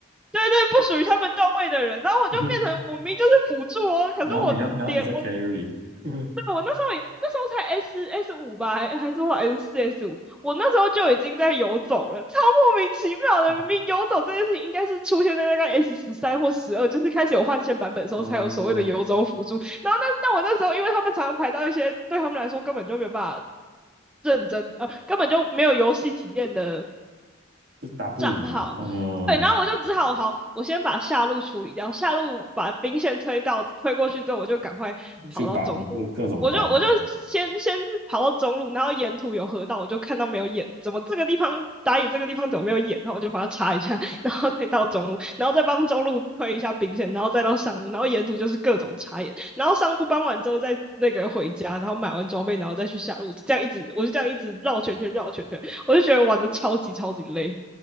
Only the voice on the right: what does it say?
<laughs>
然后你要然后你在 carry，<laughs>
哦
哦的，
就是打不赢啊，
嗯。
去帮，各各种帮。